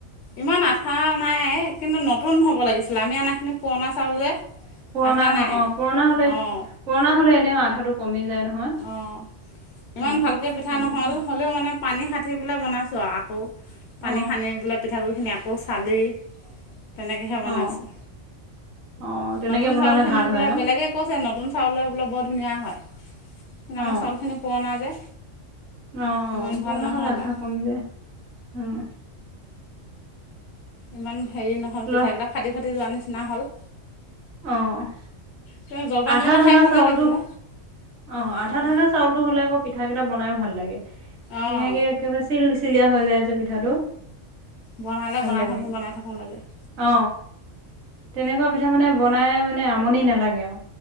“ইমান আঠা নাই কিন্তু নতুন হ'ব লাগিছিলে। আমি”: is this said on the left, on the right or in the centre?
Left